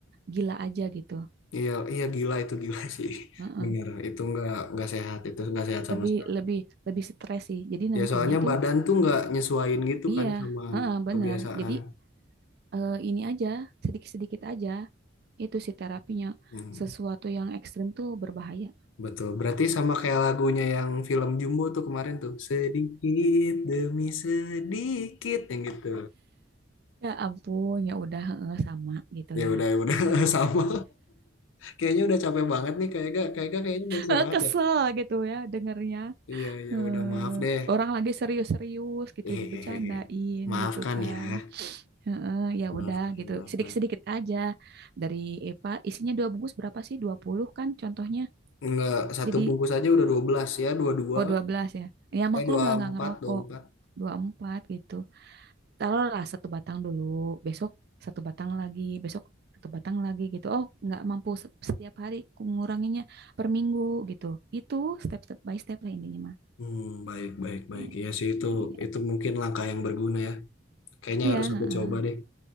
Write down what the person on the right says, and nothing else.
gila aja gitu.
Heeh.
<laughs>
Lebih,
lebih, lebih stres sih. Jadi nantinya
tuh,
iya,
heeh, benar.
Jadi eh, ini aja, sedikit-sedikit aja. Itu sih terapinya.
Sesuatu yang ekstrim tuh berbahaya.
Ya ampun, ya udah heeh, sama gitu.
Nah,
gitu.
Eh, kesel
gitu ya dengernya.
Eh,
Orang lagi serius-serius gitu
dibecandain
gitu kan.
Heeh, ya
udah gitu.
Sedikit-sedikit aja dari EPA isinya dua bungkus berapa sih? dua puluh kan contohnya.
Jadi
oh 12 ya. Ya
maklum
lah nggak ngerokok.
dua puluh empat gitu. taruhlah satu batang dulu, besok satu batang lagi, besok satu batang lagi gitu. Oh, nggak mampu se- setiap hari ku nguranginnya per minggu gitu. Itu step step by step lah intinya mah.
Iya,
iya,
iya,
heeh.